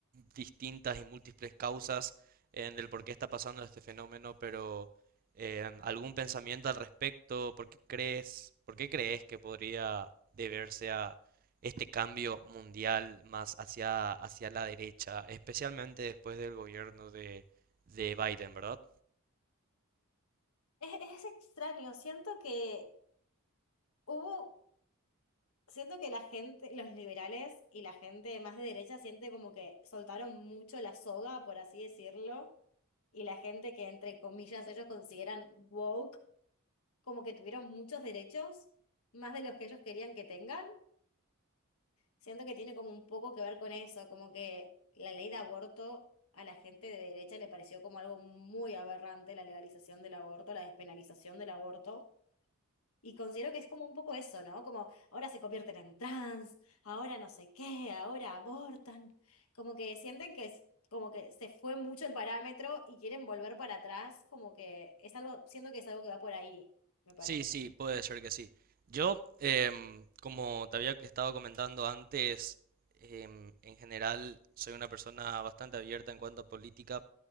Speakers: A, on the right; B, on the left.
A: distintas y múltiples causas en el por qué está pasando este fenómeno, pero eh, algún pensamiento al respecto? ¿Por qué crees, por qué crees que podría deberse a este cambio mundial más hacia, hacia la derecha, especialmente después del gobierno de, de Biden, ¿verdad?
B: Es, es extraño, siento que hubo Siento que la gente, los liberales y la gente más de derecha siente como que soltaron mucho la soga, por así decirlo, y la gente que entre comillas ellos consideran woke, como que tuvieron muchos derechos, más de los que ellos querían que tengan. Siento que tiene como un poco que ver con eso, como que la ley de aborto a la gente de derecha le pareció como algo muy aberrante, la legalización del aborto, la despenalización del aborto. Y considero que es como un poco eso, ¿no? Como ahora se convierten en trans, ahora no sé qué, ahora abortan. Como que sienten que es, como que se fue mucho el parámetro y quieren volver para atrás, como que es algo, siento que es algo que va por ahí, me parece.
A: Sí, sí, puede ser que sí. Yo, em, como te había estado comentando antes, em, en general soy una persona bastante abierta en cuanto a política,